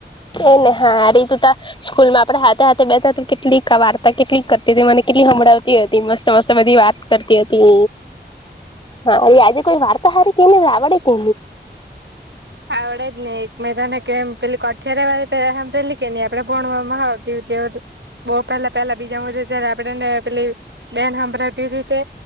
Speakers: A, on the left (about 25°); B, on the right (about 80°).
A: એને હારે તું ત સ્કૂલમાં હાથે હાથે બે કેટલી કવારતા કેટલી મને કેટલી સમભડાવતી હતી મસ્ત મસ્ત બધી વાત કરતી હતી હા એ આજે કોઈ વાર્તા હારી કેને આવડે કે
B: આડને એક તને કેમ પેલી કઠિરે પ પે કે ન આપડે પણ બહ પેલા પેલા બીજા જારે આપણેેને પેલી બેન સાભળાવતી રીતે